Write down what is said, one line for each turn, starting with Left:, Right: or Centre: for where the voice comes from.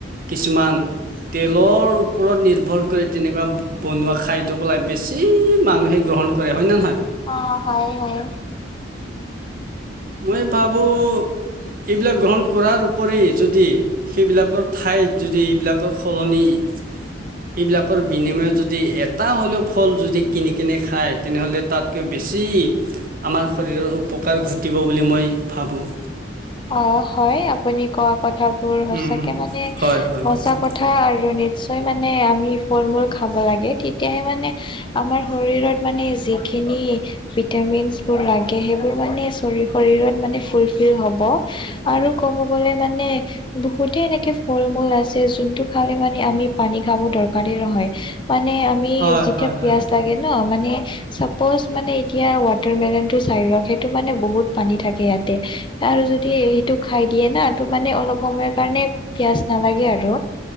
Right: কিছুমান তেলৰ ওপৰত নিৰ্ভৰ কৰি তেনেকুৱা বনোৱা খাদ্য পৰাই বেছি মানুহে গ্ৰহ গ্ৰহণ কৰে। হয় নে নহয়?
Left: অহ', হয়, হয়।
Right: মই ভাবোঁ এইবিলাক গ্ৰহণ কৰাৰ উপৰি যদি, সেইবিলাকৰ ঠাইত যদি এইবিলাকৰ সলনি <unintelligible> সেইবিলাকৰ বিনিময়ত যদি এটা হ'লেও ফল যদি কিনি কেনে খায়, তেনেহ'লে তাতকৈ বেছি বেছি আমাৰ শৰীৰৰ উপকাৰ ঘটিব বুলি মই ভাবোঁ।
Left: অ, হয় আপুনি কওক? কথাবোৰ সঁচাকে
Right: উম,
Left: মানে,
Right: হয়, হয়,
Left: সচা
Right: উম,
Left: কথা আৰু নিচ মানে আমি ফল-মূল খাব লাগে, তেতিয়াহে মানে আমাৰ শৰীৰত মানে যিখিনি ভিটামিন বোৰ লাগে সেইবোৰ মানে শৰীৰত মানে ফুলফিল হ'ব। আৰু ক'ব গ'লে মানে বহুতে এনেকে ফল-মূল আছে, জোনটো খালে মানে আমি পানী খাব দৰকাৰেই নহয়, মানে আমি
Right: হয়,
Left: যেতিয়া
Right: হয়,
Left: পিয়াজ
Right: হয়।
Left: লাগে ন, মানে চাপজ মানে এতিয়া ৱাটাৰ মেলন টো চাই লওক সেইটো মানে বহুত পানী থাকে ইয়াতে। আৰু যদি সেইটো খাই দিয়ে না, টো মানে অলপ সময়ৰ কাৰণে পিয়াজ নালাগে আৰু।